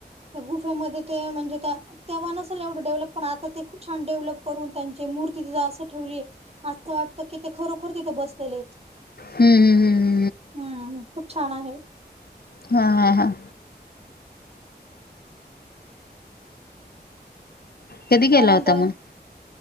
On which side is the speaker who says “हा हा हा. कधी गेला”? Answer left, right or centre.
Left